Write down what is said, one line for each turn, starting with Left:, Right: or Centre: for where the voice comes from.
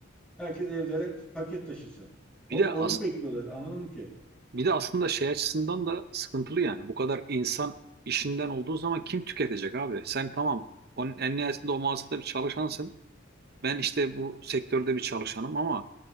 Centre: Herkes evlere paket taşısın. O,
Right: Bir
Centre: onu
Right: de as
Centre: mu bekliyorlar? Anlamadım ki.
Right: bir de aslında şey açısından da sıkıntılı yani. Bu kadar insan işinden olduğu zaman kim tüketecek abi? Sen tamam onun en nihayetinde o mağazada bir çalışansın. Ben işte bu sektörde bir çalışanım ama